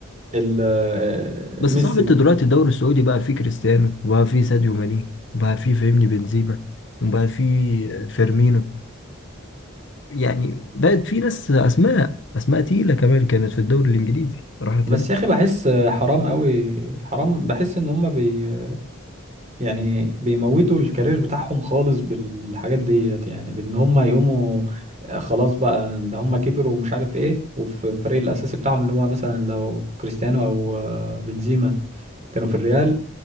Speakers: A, on the right; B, on the left.
A: ال... آه،
B: بس
A: ميسي
B: صاحب انت
A: مثلا
B: دلوقتي الدوري السعودي بقى فيه كريستيانو وبقى فيه ساديو ماني وبقى فيه فاهمني بنزيما وبقى فيه فيرمينو يعني بقت في ناس اسماء اسماء تقيله كمان كانت في الدوري الانجليزي راحت
A: بس
B: هناك
A: يا اخي بحس حرام قوي حرام بحس ان هم بي يعني بيموتوا الكارير بتاعهم خالص بالحاجات ديت يعني بان هم يقوموا آه، خلاص بقى ده هم كبروا ومش عارف ايه وفي الفريق الاساسي بتاعهم اللي هو مثلا لو كريستيانو او آه، بنزيما كانوا في الريال